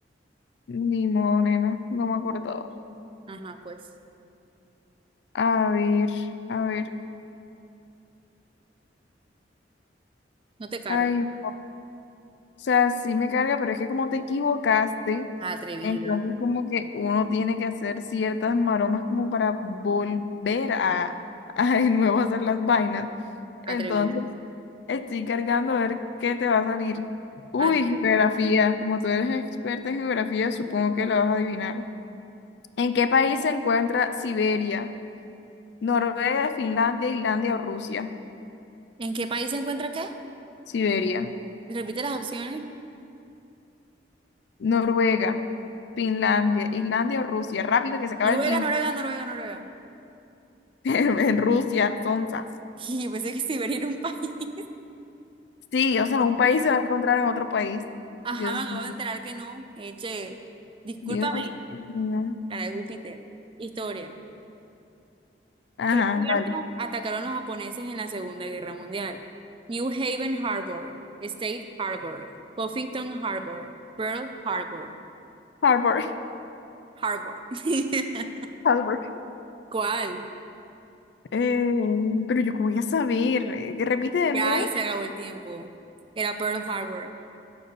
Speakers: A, on the left; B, on the right.
A: Ni modo, nena, no me acordaba.
B: Ajá, pues.
A: A ver, a ver.
B: No te cargo.
A: Ay, no. O sea, sí me carga, pero es que como te equivocaste,
B: Atrevida,
A: entonces como que uno tiene que hacer ciertas maromas como para volver a, <laughs> a de nuevo hacer las vainas. Entonces,
B: atrevida,
A: Estoy cargando a ver qué te va a salir. Uy,
B: atrevida.
A: geografía. Como tú eres experta en geografía, supongo que lo vas a adivinar. ¿En qué país se encuentra Siberia? Noruega, Finlandia, Islandia o Rusia.
B: ¿En qué país se encuentra qué?
A: Siberia,
B: Repite las opciones.
A: Noruega, Finlandia, Islandia o Rusia. Rápido que se acaba
B: Noruega,
A: el tiempo.
B: Noruega, Noruega, Noruega.
A: <laughs> En Rusia, sonzas.
B: <laughs> Y pensé que Siberia era un país. <laughs>
A: Sí, o sea, un país se va a encontrar en otro país.
B: Ajá,
A: Dios
B: me acabo
A: mío.
B: de enterar que no. Eche, discúlpame,
A: Dios mío.
B: cara de Júpiter. Historia.
A: Ajá,
B: ¿Qué puerto
A: vale.
B: atacaron los japoneses en la Segunda Guerra Mundial? New Haven Harbor, State Harbor, Huffington Harbor, Pearl Harbor,
A: Harbor.
B: Harbor. <laughs>
A: <laughs>
B: ¿Cuál?
A: Eh, pero yo, ¿cómo voy a saber? Eh, repite de
B: Ya
A: nuevo.
B: ahí se acabó el tiempo. Era Pearl Harbor.